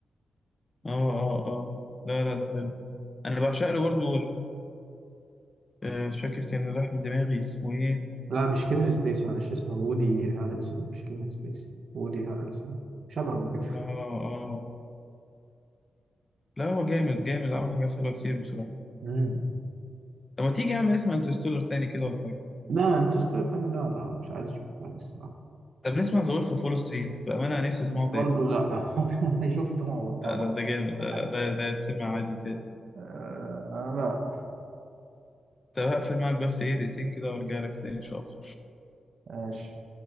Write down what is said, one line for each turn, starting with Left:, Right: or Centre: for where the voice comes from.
Left: آه آه آه لا لا ده حلو أنا بعشق له برضه آه، مش فاكر كان راح من دماغي اسمه إيه
Right: لا مش كيفن سبيسي معلش اسمه وودي هارلسون مش كيفن سبيسي وودي هارلسون شبهه كده
Left: آه آه لا هو جامد جامد عمل حاجات حلوة كتير بصراحة
Right: مم.
Left: طب ما تيجي يا عم نسمع انترستولر تاني كده ولا حاجة
Right: لا انترستيلر تاني لا لا مش عايز اشوفه تاني الصراحة
Left: طب نسمع ذا وولف أوف وول ستريت بأمانة أنا نفسي
Right: برضه
Left: أسمعه تاني
Right: لا <laughs> شفته بتاع
Left: لا
Right: مرتين
Left: ده ده جامد
Right: ولا
Left: ده
Right: حاجة
Left: لا ده ده يتسمع عادي تاني
Right: آه لا
Left: طب هقفل معاك بس إيه دقيقتين كده وأرجع لك تاني إن شاء الله
Right: ماشي